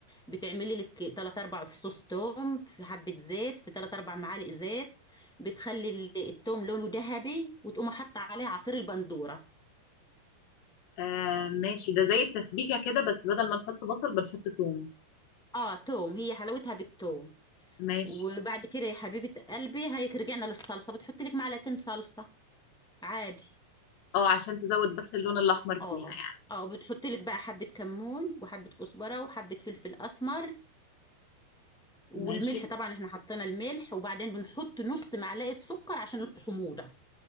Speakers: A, in the centre; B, on the left (about 70°).
A: بتعملي لك تلات اربع فصوص توم في حبه زيت في تلات اربع معالق زيت بتخلي ال- التوم لونه ذهبي وتقوم حاطه عليه عصير البندوره
B: آه ماشي ده زي التسبيكة كده بس بدل ما نحط بصل بنحط توم
A: اه توم هي حلاوتها بالتوم
B: ماشي
A: وبعد كده يا حبيبه قلبي هيك رجعنا للصلصه بتحطي لك معلقتين صلصه عادي
B: اه عشان تزود بس اللون الأحمر
A: اه
B: فيها يعني
A: اه بتحط لك بقى حبة كمون وحبة كزبرة وحبة فلفل اسمر والملح
B: ماشي
A: طبعا احنا حطينا الملح وبعدين بنحط نص معلقة سكر عشان الحموضة